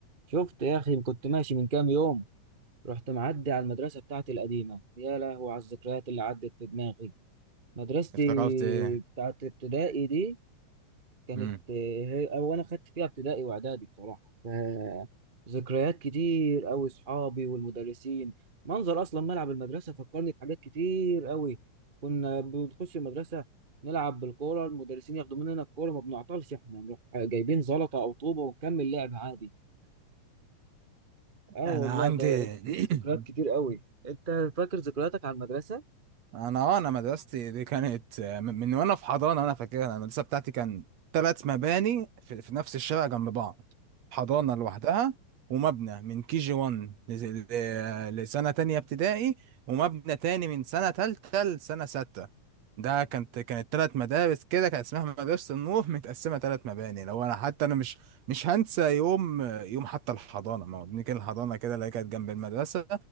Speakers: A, on the right; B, on the right.
A: شفت يا أخي كنت ماشي من كام يوم رحت معدي على المدرسة بتاعتي القديمة يا لهو على الذكريات اللي عدت في دماغي مدرستي
B: افتكرت ايه
A: بتاعت ابتدائي دي كانت
B: امم
A: آه، هي أو أنا خدت فيها ابتدائي وإعدادي بصراحة ف- ذكريات كتير أوي صحابي والمدرسين منظر أصلا ملعب المدرسة فكرني بحاجات كتير أوي كنا بنخش المدرسة نلعب بالكورة المدرسين ياخدوا مننا الكورة ما بنعطلش إحنا نروح جايبين زلطة أو طوبة ونكمل لعب عادي اه
B: انا
A: والله
B: عندي
A: ده
B: <clears throat>
A: ذكريات كتير قوي انت فاكر ذكرياتك على المدرسه
B: انا اه انا مدرستي دي كانت آه، من من وانا في حضانه وانا فاكرها أنا المدرسه بتاعتي كان ثلاث مباني في, في نفس الشارع جنب بعض حضانه لوحدها ومبنى من كي جي 1 لز- ل- لسنه تانية ابتدائي ومبنى تاني من سنه تالتة لسنه سته ده كانت كانت ثلاث مدارس كده كانت اسمها مدرسه النور متقسمه ثلاث مباني لو انا حتى انا مش مش هنسى يوم يوم حتى الحضانه ما هو بنيجي الحضانه كده اللي هي كانت جنب المدرسه